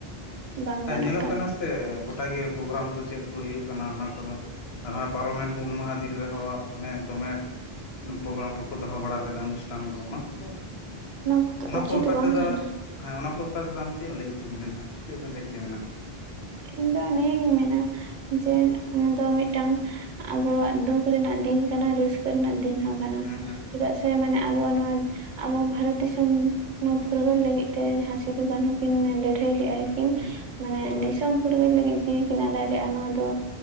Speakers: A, on the right; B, on the left.
A: ᱵᱟᱝ
B: ᱦᱸ
A: ᱜᱟᱱᱚᱜ
B: ᱧᱮᱞᱚᱜ ᱠᱟᱱᱟ ᱥᱮ ᱜᱚᱴᱟ ᱜᱮ ᱯᱨᱳᱜᱨᱟᱢ ᱠᱚ ᱪᱮᱫ ᱠᱚ ᱦᱩᱭᱩᱜ ᱠᱟᱱᱟ ᱚᱱᱟ ᱠᱚᱫᱚ ᱱᱚᱜᱼᱚᱭ ᱯᱟᱨᱚᱢᱮᱱ ᱦᱩᱞ ᱢᱟᱦᱟ ᱫᱤᱱ ᱨᱮᱦᱚᱸ ᱢᱟᱱᱮ ᱫᱚᱢᱮ ᱯᱨᱳᱜᱨᱟᱢ ᱠᱚᱠᱚ ᱫᱚᱦᱚ ᱵᱟᱲᱟ ᱞᱮᱫᱟ ᱚᱱᱩᱥᱴᱷᱟᱱ ᱠᱚ ᱚᱱᱟ ᱠᱚᱫᱚ
A: ᱠᱚᱫᱚ
B: ᱚᱱᱟ
A: ᱩᱪᱤᱛ
B: ᱠᱚ ᱵᱮᱯᱟᱨ
A: ᱵᱟᱝ
B: ᱛᱮᱫᱚ
A: ᱠᱟᱱᱟ
B: ᱦᱮᱸ ᱚᱱᱟ ᱠᱚ ᱵᱮᱯᱟᱨ ᱛᱮᱫᱚ ᱟᱢ ᱪᱮᱫ ᱮᱢ ᱞᱟᱹᱭ ᱦᱚᱪᱚᱢ ᱢᱮᱱᱟ ᱪᱮᱫ ᱵᱮ ᱮᱢ ᱞᱟᱹᱭ ᱦᱚᱪᱚ ᱢᱮᱱᱟ
A: ᱤᱧ ᱫᱚ ᱱᱤᱭᱟᱹᱜᱤᱧ ᱢᱮᱱᱟ ᱡᱮ ᱚᱱᱟ ᱫᱚ ᱢᱤᱫᱴᱟᱝ ᱟᱵᱚᱣᱟᱜ ᱫᱩᱠ ᱨᱮᱱᱟᱜ ᱫᱤᱱ ᱠᱟᱱᱟ ᱨᱟᱹᱥᱠᱟᱹ ᱨᱮᱱᱟᱜ ᱫᱤᱱ ᱦᱚᱸ ᱠᱟᱱᱟ
B: ᱦᱮᱸ ᱦᱮᱸ
A: ᱪᱮᱫᱟᱜ ᱥᱮ ᱢᱟᱱᱮ ᱟᱵᱚᱣᱟᱜ ᱱᱚᱣᱟ ᱟᱵᱚ ᱵᱷᱟᱨᱚᱛ ᱫᱤᱥᱚᱢ ᱱᱚᱣᱟ ᱯᱷᱩᱨᱜᱟᱹᱞ ᱞᱟᱹᱜᱤᱫ ᱛᱮ ᱡᱟᱦᱟᱸ ᱥᱤᱫᱩ ᱠᱟᱹᱱᱦᱩ ᱠᱤᱱ ᱞᱟᱹᱲᱦᱟᱹᱭ ᱞᱮᱫᱟᱭ
B: ᱦᱮᱸ
A: ᱠᱤᱱ
B: ᱦᱮᱸ ᱦᱮᱸ
A: ᱢᱟᱱᱮ
B: ᱦᱳᱭ
A: ᱫᱤᱥᱚᱢ
B: ᱦᱳᱭ
A: ᱯᱷᱩᱨᱜᱟᱹᱞ ᱞᱟᱹᱜᱤᱫ ᱡᱤᱣᱤ ᱠᱤᱱ ᱟᱰᱟᱭ ᱞᱮᱫᱼᱟ ᱱᱚᱣᱟ ᱫᱚ